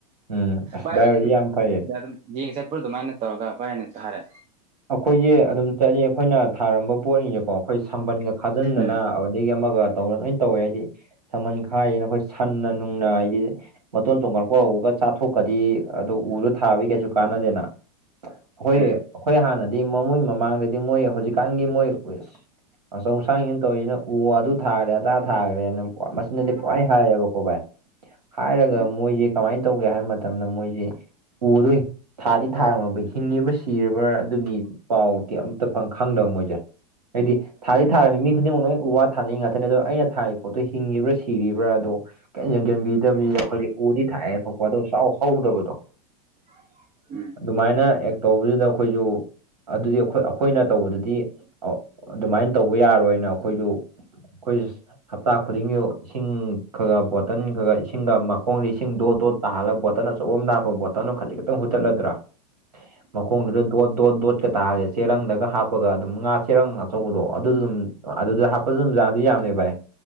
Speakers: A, on the right (about 90°); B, on the right (about 30°).
A: ꯎꯝ ꯑꯁ
B: ꯚꯥꯏ
A: ꯚꯥꯏꯍꯣꯏꯗꯤ
B: ꯍꯣꯏꯗꯤ ꯑꯗꯨꯝ
A: ꯌꯥꯝ ꯐꯩꯌꯦ
B: ꯁꯤꯗ ꯑꯗꯨꯝ ꯌꯦꯡ ꯆꯠꯄ꯭ꯔꯣ ꯑꯗꯨꯃꯥꯏꯅ ꯇꯧꯔꯒ ꯚꯥꯏꯅ ꯊꯥꯔꯦ
A: ꯑꯩꯈꯣꯏꯁꯦ ꯑꯗꯨꯝ ꯆꯠꯂꯤ ꯑꯩꯈꯣꯏꯅ ꯊꯥꯔꯝꯕ ꯄꯣꯠꯖꯤꯡꯖꯦꯀꯣ ꯑꯩꯈꯣꯏ ꯁꯝꯕꯟꯒ ꯈꯥꯖꯟꯗꯅ
B: ꯎꯝ
A: ꯑꯗꯒꯤ ꯑꯃꯒ ꯇꯧꯔꯒ ꯂꯣꯏꯅ ꯇꯧꯋꯦ ꯍꯥꯏꯗꯤ ꯁꯝꯕꯟ ꯈꯥꯔꯤꯅꯦꯅ ꯑꯩꯈꯣꯏ ꯁꯟꯅ ꯅꯨꯡꯅ ꯍꯥꯏꯗꯤ ꯃꯇꯣꯟ ꯆꯣꯡꯈꯠꯂꯛꯄ ꯍꯧꯕꯒ ꯆꯥꯊꯣꯛꯈ꯭ꯔꯗꯤ ꯑꯗꯨ ꯎꯗꯣ ꯊꯥꯕꯒꯤ ꯀꯩꯁꯨ ꯀꯥꯟꯅꯗꯦꯅ ꯑꯩꯈꯣꯏ ꯑꯩꯈꯣꯏ
B: ꯎꯝ
A: ꯍꯥꯟꯅꯗꯤ ꯃꯃꯣꯏ ꯃꯃꯥꯡꯗꯗꯤ ꯃꯣꯏ ꯍꯧꯖꯤꯛꯀꯥꯟꯒꯤ ꯃꯣꯏ ꯑꯆꯧ ꯑꯁꯥꯡꯁꯤꯅ ꯇꯧꯔꯤꯁꯤꯅ ꯎ ꯑꯗꯨ ꯊꯥꯔꯦ ꯑꯗꯥ ꯊꯥꯔꯦꯅ ꯃꯆꯤꯟꯗꯗꯤ ꯄꯨꯡꯍꯥꯏ ꯍꯥꯏꯌꯦꯕꯀꯣ ꯚꯥꯏ ꯍꯥꯏꯔꯒ
B: ꯎꯝ
A: ꯃꯣꯏꯁꯦ ꯀꯃꯥꯏꯅ ꯇꯧꯒꯦ ꯍꯥꯏꯕ ꯃꯇꯝꯗ ꯃꯣꯏꯖꯦ ꯎꯗꯤ ꯊꯥꯗꯤ ꯊꯥꯔꯝꯃꯕ ꯍꯤꯡꯉꯤꯕ ꯁꯤꯔꯕ꯭ꯔꯥ ꯑꯗꯨꯒꯤ ꯄꯥꯎꯗꯤ ꯑꯝꯇ ꯐꯪ ꯈꯪꯗꯕ ꯃꯣꯏꯖꯦ ꯍꯥꯏꯗꯤ ꯊꯥꯗꯤ
B: ꯎꯝ
A: ꯊꯥꯔꯝꯃꯤ ꯃꯤ ꯈꯨꯗꯤꯡꯃꯛ ꯂꯣꯏ ꯋꯥꯠ ꯊꯥꯅꯩ ꯉꯥꯛꯇꯅꯦ ꯑꯗꯣ ꯑꯩꯅ ꯊꯥꯔꯤ ꯄꯣꯠꯇꯣ ꯍꯤꯡꯉꯤꯕ꯭ꯔꯥ ꯁꯤꯔꯤꯕ꯭ꯔꯥ ꯑꯗꯣ ꯀꯩꯝ ꯌꯦꯡꯖꯟꯕꯤꯗꯕꯤꯗ ꯑꯩꯈꯣꯏꯖꯦ ꯎꯗꯤ ꯊꯥꯏꯌꯦ ꯊꯣꯛꯄ ꯑꯗꯣ ꯁꯨꯍꯥꯎ ꯍꯧꯗꯕꯗꯣ
B: <unintelligible>
A: ꯑꯗꯨꯃꯥꯏꯅ ꯑꯦꯛ ꯇꯧꯕꯁꯤꯗ ꯑꯩꯈꯣꯏꯖꯨ ꯑꯗꯨꯗꯤ ꯑꯩꯈꯣꯏ ꯑꯩꯈꯣꯏꯅ ꯇꯧꯕꯗꯗꯤ ꯑ ꯑꯗꯨꯃꯥꯏꯅ ꯇꯧꯕ ꯌꯥꯔꯣꯏꯅ ꯑꯩꯈꯣꯏꯖꯨ <unintelligible> ꯍꯞꯇꯥ ꯈꯨꯗꯤꯡꯒꯤ ꯏꯁꯤꯡ ꯈꯔ ꯕꯣꯇꯟ ꯈꯔ ꯏꯁꯤꯡꯒ ꯃꯈꯣꯡꯗ ꯏꯁꯤꯡ ꯗꯣꯠ ꯗꯣꯠ ꯇꯥꯍꯜꯂ ꯕꯣꯇꯟ ꯑꯆꯧꯕ ꯑꯝꯗ ꯍꯥꯞꯄ ꯕꯣꯇꯟꯗꯣ ꯈꯖꯤꯛ ꯈꯇꯪ ꯍꯨꯠꯇꯠꯂꯗ꯭ꯔꯥ
B: <inaudible>
A: ꯃꯈꯣꯡꯗꯨꯗ ꯗꯣꯠ ꯗꯣꯠ ꯗꯣꯠꯀ ꯇꯥꯔ ꯆꯦꯔꯪꯗꯒ ꯍꯥꯞꯄꯒ ꯑꯗꯨꯝ ꯉꯥ ꯆꯦꯔꯪ ꯑꯆꯧꯕꯗꯣ ꯑꯗꯨꯖꯨ ꯑꯗꯨꯝ ꯑꯗꯨꯗ ꯍꯥꯞꯄꯖꯨ ꯑꯗꯨꯝ ꯌꯥꯗꯤ ꯌꯥꯕꯅꯦ ꯚꯥꯏ